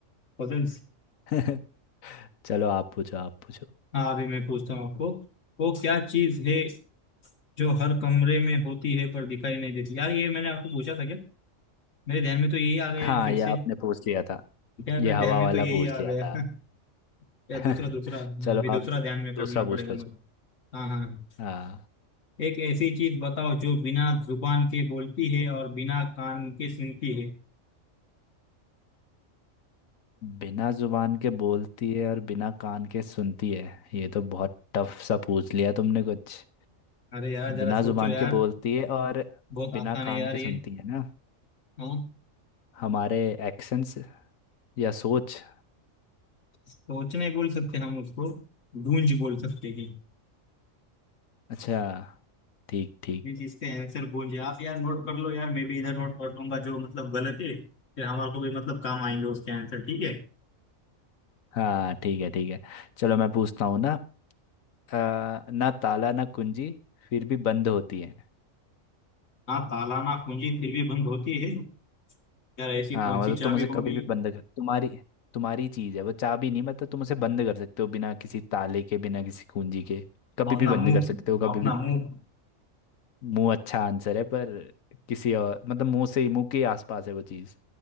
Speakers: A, on the left (about 70°); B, on the left (about 85°).
A: पजल्स
B: <laughs> चलो आप पूछो आप पूछो
A: हाँ अभी मैं पूछता हूँ आपको वो क्या चीज है जो हर कमरे में होती है पर दिखाई नहीं देती यार ये मैंने आपको पूछा था क्या मेरे ध्यान में तो यही आ गया
B: हाँ
A: यार फिर
B: ये
A: से
B: आपने पूछ लिया था
A: यार
B: ये
A: मेरे
B: हवा
A: ध्यान में
B: वाला
A: तो यही
B: पूछ
A: आ
B: लिया
A: गया
B: था
A: <laughs>
B: आपने
A: या दूसरा दूसरा
B: <laughs> चलो
A: अभी दूसरा
B: आप
A: ध्यान में करना
B: दूसरा पूछ
A: पड़ेगा
B: लो
A: मेरे
B: चलो
A: को हाँ हाँ हाँ।
B: हाँ
A: एक ऐसी चीज बताओ जो बिना जुबान के बोलती है और बिना कान के सुनती है
B: बिना जुबान के बोलती है और बिना कान के सुनती है ये तो बहुत टफ सा पूछ लिया तुमने कुछ
A: अरे यार जरा
B: बिना जुबान
A: सोचो यार
B: के बोलती है और
A: बहुत
B: बिना
A: आसान है
B: कान
A: यार
B: के
A: ये
B: सुनती है ना
A: हाँ
B: हमारे एक्शंस या सोच
A: सोच नहीं बोल सकते हम उसको गूंज बोल सकते हैं
B: अच्छा ठीक ठीक
A: ये चीज का आंसर गूंज है आप यार नोट कर लो यार मैं भी इधर नोट कर लूंगा जो मतलब गलत है फिर हमारे को भी मतलब काम आएंगे उसके आंसर ठीक है
B: हाँ ठीक है ठीक है चलो मैं पूछता हूँ ना अ, ना ताला ना कुंजी फिर भी बंद होती है
A: हाँ ताला ना पूंजी फिर भी बंद होती है यार ऐसी
B: हाँ
A: कौन
B: मतलब
A: सी चाबी
B: तुम उसे
A: होगी
B: कभी भी बंद कर तुम्हारी तुम्हारी चीज है वो चाबी नहीं मतलब तुम उसे बंद कर सकते हो बिना किसी ताले के बिना किसी कुंजी के कभी
A: अपना
B: भी बंद
A: मुंह
B: कर सकते हो कभी
A: अपना
B: भी
A: मुंह
B: मुंह अच्छा आंसर है पर किसी और मतलब मुंह से मुंह के आसपास है वो चीज